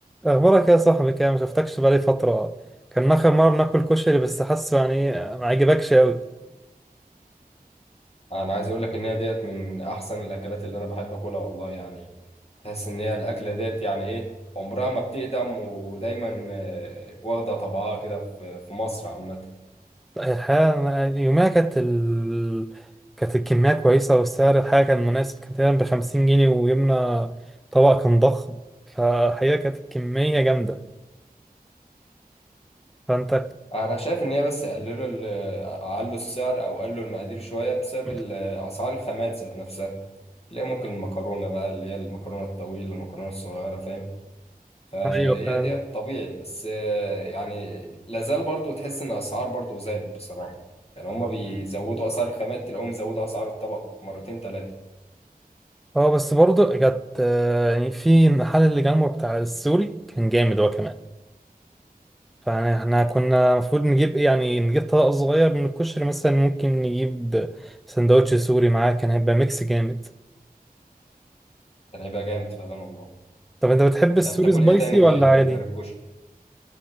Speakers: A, in the centre; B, on the left.
A: اخبارك يا صاحبي كده ما شفتكش بقالي فتره كان اخر مره بناكل كشري بس حاسه يعني ما عجبكش قوي
B: انا عايز اقول لك ان هي ديت من احسن الاكلات اللي انا بحب اكلها والله يعني تحس ان هي الاكله ديت يعني ايه عمرها ما بتقدم ودايما آه، واخده طبعها كده في في مصر عامه
A: الحقيقه. يوميها كانت ال... كانت الكميه كويسه والسعر الحاجه كان مناسب كان تقريبا ب 50 جنيه وجبنا طبق كان ضخم فالحقيقه كانت الكميه جامده فانت
B: انا شايف ان هي بس قللوا ال- قللوا السعر او قللوا المقادير شويه بسبب
A: <laughs>
B: ال- اسعار الخامات ذات نفسها تلاقي ممكن المكرونه بقى اللي هي المكرونه الطويله المكرونه الصغيره فاهم فهي
A: ايوه فعلا
B: دي طبيعي بس آه، يعني لازال برضو تحس ان اسعار برضو زادت بصراحة يعني هما بيزودوا اسعار الخامات تلاقوهم زودوا اسعار الطبق مرتين ثلاثة
A: اه بس برضه جت آه، يعني في المحل اللي جنبه بتاع السوري كان جامد هو كمان فاحنا كنا المفروض نجيب ايه يعني نجيب طبق صغير من الكشري مثلا ممكن نجيب سندوتش سوري معاه كان هيبقى ميكس جامد
B: كان هيبقى جامد فعلا والله
A: طب انت بتحب
B: انت
A: السوري
B: بتاكل
A: سبايسي
B: ايه تاني
A: ولا عادي؟
B: غير الكشري